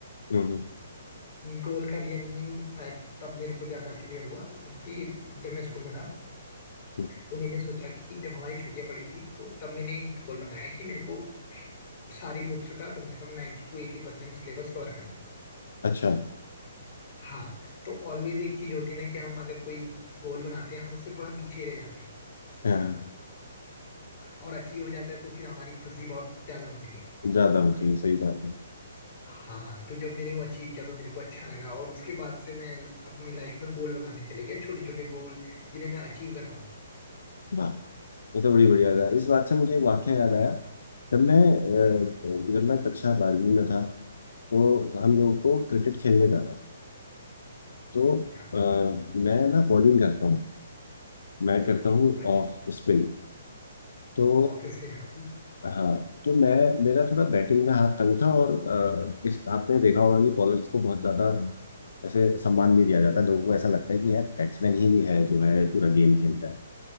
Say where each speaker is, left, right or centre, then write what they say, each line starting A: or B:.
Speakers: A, on the left (about 70°); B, on the left (about 40°).
A: हम्म हम्म,
B: गोल का रियल मीन शायद तब मेरे को ज्यादा क्लियर हुआ कि जब मैं स्कूल में था
A: हम्म।
B: तो मैंने सोचा कि जब हमारी छुट्टियां पड़ी थी तो तब मैंने एक गोल बनाया कि मेरे को सारी बुक्स का कम से कम 90 टू 80 परसेंट सिलेबस कवर करना है
A: अच्छा
B: हाँ तो ऑलवेज एक चीज होती है ना कि हम अगर कोई गोल बनाते हैं हम उससे थोड़ा पीछे ही रह जाते हैं
A: हाँ
B: और अचीव हो जाता है तो फिर हमारी खुशी बहुत ज्यादा होती है
A: ज्यादा होती है सही बात है
B: हाँ तो जब मैंने वो अचीव किया तो मेरे को अच्छा लगा और उसके बाद से मैं अपनी लाइफ में गोल बनाते चले गया छोटे छोटे गोल जिन्हें मैं अचीव कर पाऊँ
A: वाह ये तो बड़ी बढ़िया था इस बात से मुझे एक वाक्य याद आया जब मैं अ,
B: हाँ
A: जब मैं कक्षा बारहवीं में था तो हम लोगों को क्रिकेट खेलने जाना था तो
B: अच्छा
A: अ, मैं ना बॉलिंग करता हूँ मैं करता हूँ
B: अच्छा
A: ऑफ स्पिन तो
B: ऑफिस में ना
A: हाँ तो मैं मेरा थोड़ा बैटिंग में हाथ तंग था और अ, इस आपने देखा होगा कि बॉलर्स को बहुत ज्यादा ऐसे सम्मान नहीं दिया जाता लोगों को ऐसा लगता है कि यार बैट्समैन ही है जो है पूरा गेम खेलता है